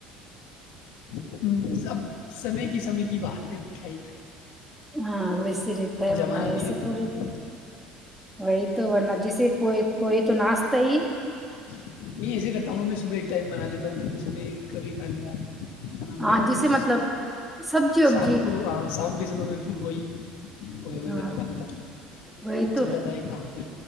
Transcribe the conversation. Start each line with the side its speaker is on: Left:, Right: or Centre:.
Left: ہوں سب سمے کی سمے کی بات ہے خ
Centre: ہاں رہتا ہے ورنہ
Left: جمانہ
Centre: ایسے
Left: دھیرے دھیرے
Centre: تھوڑی وہی تو ورنہ جیسے پو پوئے تو ناشتا ہی
Left: نہیں ایسے ہی کرتا ہوں میں صبح ایک ٹائم بنا لیتا ہوں پھر اس میں کبھی کھا لیا نا
Centre: ہاں
Left: ہے نا
Centre: جیسے
Left: پھر
Centre: مطلب سبزی وبزی
Left: شام کو ہ شام کے سمے میں پھر وہی ہ کوئی وغیرہ
Centre: ہاں
Left: کہ لیتا ہوں میں
Centre: وہی تو
Left: چل رہا تھا ایک کام پھر